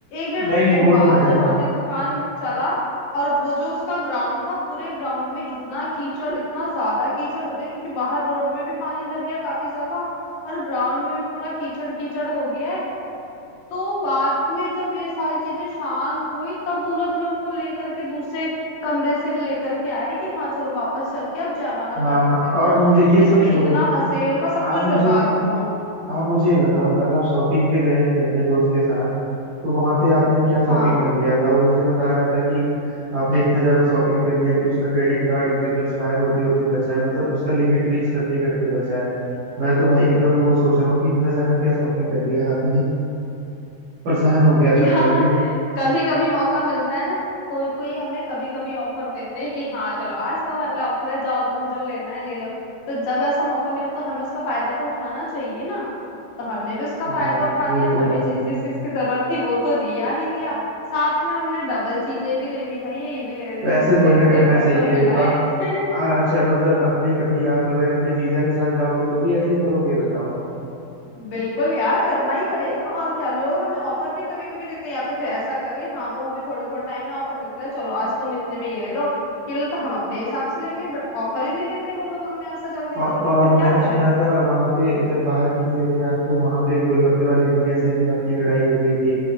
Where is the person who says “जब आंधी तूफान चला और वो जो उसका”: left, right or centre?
Left